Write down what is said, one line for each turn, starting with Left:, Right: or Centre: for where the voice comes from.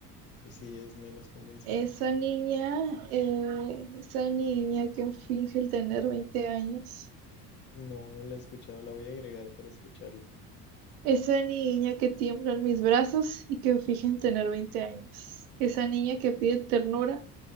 Left: Y sí, es menos convencional.
Right: Esa niña, eh, esa niña que finge el tener 20 años.
Left: No, no la he escuchado. La voy a agregar para escucharla.
Right: Esa niña que tiembla en mis brazos y que finge en tener 20 años. Esa niña que pide ternura,